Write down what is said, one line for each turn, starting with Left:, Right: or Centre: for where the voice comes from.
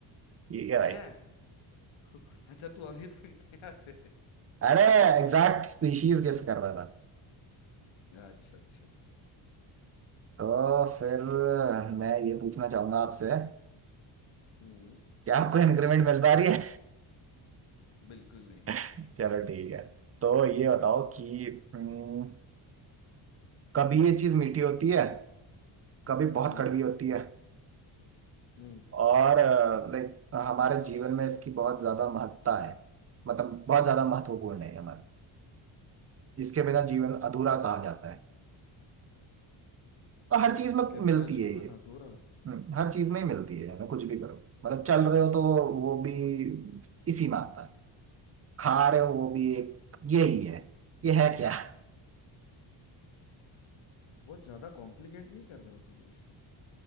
Right: ठीक है भाई
Left: हैं <laughs> अच्छा तू अभी तक तैयार है
Right: अरे एग्जैक्ट स्पीशीज गेस कर रहा था
Left: अच्छा अच्छा
Right: तो फिर मैं ये पूछना चाहूंगा आपसे
Left: हम्म
Right: क्या आपको इंक्रीमेंट मिल पा रही है
Left: बिल्कुल नहीं
Right: <laughs> चलो ठीक है तो ये बताओ कि हम्म, कभी ये चीज मीठी होती है कभी बहुत
Left: हम्म
Right: कड़वी होती है
Left: हम्म
Right: और लाइक हमारे जीवन में इसकी बहुत ज्यादा महत्ता है मतलब बहुत ज्यादा महत्वपूर्ण है ये हमारा इसके बिना जीवन अधूरा कहा जाता है तो हर चीज
Left: इसके
Right: में मिलती
Left: बिना जीवन
Right: है ये
Left: अधूरा
Right: हम्म, हर चीज में ही मिलती है ना कुछ भी करो मतलब चल रहे हो तो वो भी इसी में आता है खा रहे हो वो भी एक ये ही है ये है क्या हाँ,
Left: बहुत ज्यादा कॉम्प्लिकेट नहीं कर रहे हो तुम ये।